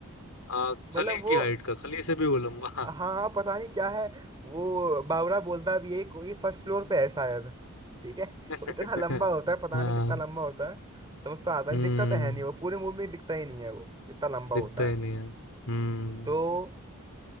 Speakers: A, on the left; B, on the right.
A: हाँ,
B: मतलब
A: खली
B: वो
A: की हाइट का खली से भी वो लंबा
B: हाँ हाँ पता नहीं क्या है वो बावरा बोलता भी है कोई फर्स्ट फ्लोर पे है शायद ठीक है
A: <laughs>
B: वो इतना लंबा होता है पता
A: हाँ
B: नहीं कितना लंबा होता है समझ तो आता नहीं
A: हम्म
B: दिखता तो है नहीं वो पूरे मूवी में दिखता ही नहीं है वो इतना लंबा
A: दिखता
B: होता
A: ही
B: है
A: नहीं है हम्म
B: तो